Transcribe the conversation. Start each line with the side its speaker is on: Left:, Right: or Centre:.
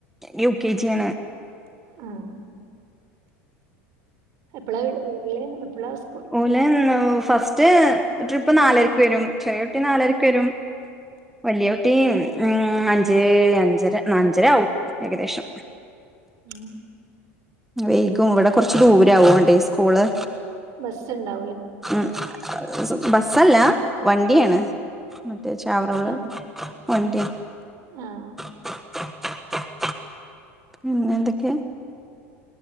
Centre: യു കെ ജിണ്
Right: ആഹ് എപ്പളാ വീ വരൽ എപ്പളാ വീ
Centre: ഓലെ ഫസ്റ്റ് ട്രിപ്പ് നാലരക്ക് വരും ചെറിയൊട്ടി നാലരക്ക് വരും വലിയ കുട്ടി അഞ്ച് അഞ്ചര നഞ്ചര ആകവും ഏകദേശം
Right: ഉം
Centre: വൈകും ഇവിടെ കൊറച്ച് ദൂരവണ്ടേ സ്കൂള്
Right: ബസ് ഉണ്ടോ
Centre: ഉം ബസ്സല്ല വണ്ടിയാണ് മറ്റേ ചാവറുള്ള
Right: ആ
Centre: വണ്ടി
Right: ആഹ്
Centre: <inaudible> ഉം എന്തൊക്കെയ